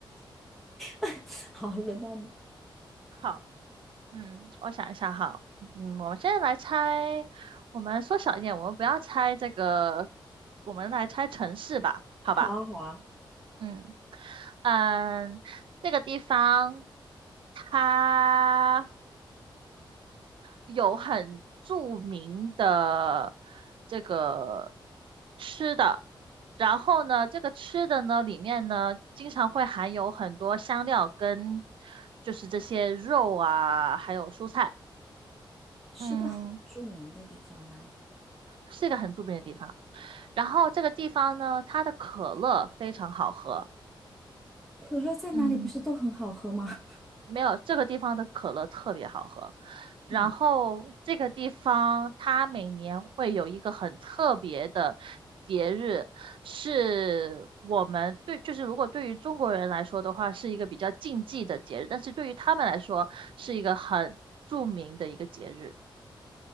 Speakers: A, in the centre; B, on the right.
A: <laughs> 好，轮到你。
B: <laughs> 好。嗯，我想一下哈，嗯，我们现在来猜，我们缩小一点，我们不要猜这个，我们来猜城市吧，好吧？
A: 好啊，好啊，
B: 嗯嗯，这个地方它有很著名的这个吃的，然后呢，这个吃的呢里面呢经常会含有很多香料跟就是这些肉啊，还有蔬菜，
A: 是个很著名的地方吗？
B: 嗯。是一个很著名的地方。然后这个地方呢，它的可乐非常好喝，
A: 可乐在哪里不是都很好喝吗？
B: 嗯，没有，这个地方的可乐特别好喝。然后这个地方它每年会有一个很特别的节日，
A: <laughs> 嗯。
B: 是我们对，就是如果对于中国人来说的话，是一个比较禁忌的节日，但是对于他们来说是一个很著名的一个节日。